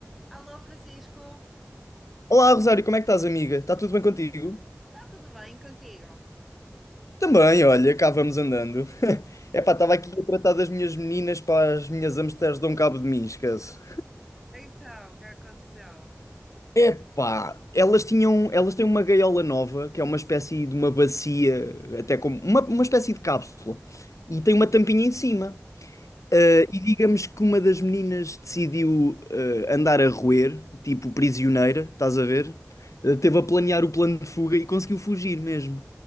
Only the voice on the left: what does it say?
Olá, Rosário, como é que estás, amiga? Está tudo bem contigo?
Também, olha, cá vamos andando. <laughs> Epá, estava aqui a tratar das minhas meninas para as minhas hamsters dão cabo de mim, esquece.
Epá, elas tinham, elas têm uma gaiola nova, que é uma espécie de uma bacia, até como uma, uma espécie de cápsula, e tem uma tampinha em cima.
Ah, e digamos que uma das meninas decidiu ah, andar a roer, tipo prisioneira, estás a ver? Ah, teve a planear o plano de fuga e conseguiu fugir mesmo.